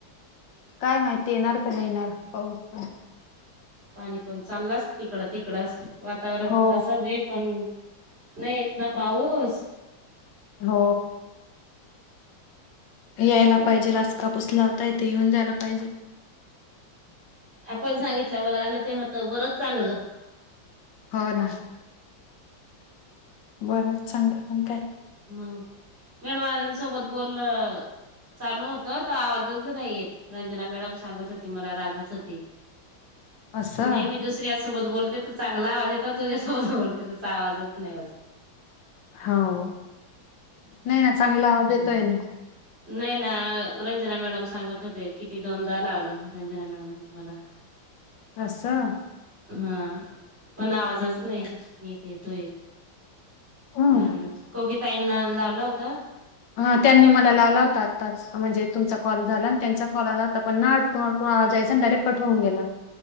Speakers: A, on the left; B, on the right.
A: काय माहिती येणार का नाही येणार पाऊस तर.
B: पाणी पण चाललंच तिकडं तिकडच वातावरण
A: हो
B: तर तसंच आहे पण नाही येत ना. पाऊस
A: हो यायला पाहिजे, रास कापूस लावता येते येऊन जायला पाहिजे.
B: आपण सांगितल्यावर आलं ते होत बरंच चांगलं
A: हो ना बरंच चांगलं, पण काय
B: हम, मेडवालां सोबत बोललं. चालू होत, तर आवाजच नाही येत रंजना मॅडम सांगत होती मला रागवत होती.
A: असं
B: नेहमी दुसऱ्या सोबत बोलते तु चांगला आवाज येतो, तुझ्यासोबत बोलते तसा आवाजच नाही यत
A: हौ, नाही ना चांगला आवाज येतोय ना.
B: नाही ना रंजना मॅडम सांगत होत्या, किती दोनदा लावलं रंजना मॅडम म्ह मला
A: असं
B: हा पण आवाजच नाही नीट येतोय.
A: हम्म
B: मॅडम, कोगी ताईंना लावला होता?
A: हा त्यांनी मला लावला होता आताच, म्हणजे तुमचा कॉल झाला आणि त्यांचा कॉल आला होता पण कोणा कोणा जायचं ना, डायरेक्ट कट होऊन गेला